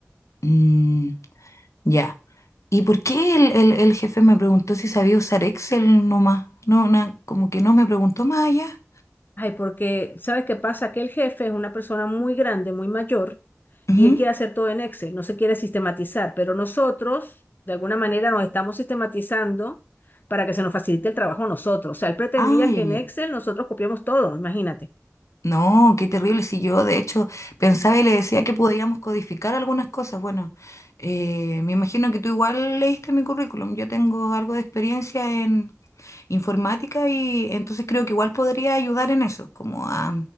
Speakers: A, on the left (about 80°); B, on the left (about 40°).
A: Mm, ya. ¿Y por qué el, el- el jefe me preguntó si sabía usar Excel nomás? No, na- como que no me preguntó más allá.
B: Ay, porque, ¿sabes qué pasa? Que el jefe es una persona muy grande, muy mayor,
A: Ujú.
B: y él quiere hacer todo en Excel, no se quiere sistematizar, pero nosotros, de alguna manera, nos estamos sistematizando para que se nos facilite el trabajo a nosotros. O sea, él pretendía
A: Ah, ya,
B: que
A: ya.
B: en Excel nosotros copiamos todo, imagínate.
A: No, qué terrible. Si yo, de hecho, pensaba y le decía que podíamos codificar algunas cosas. Bueno, eh, me imagino que tú igual leíste mi currículum. Yo tengo algo de experiencia en informática y entonces creo que igual podría ayudar en eso, como a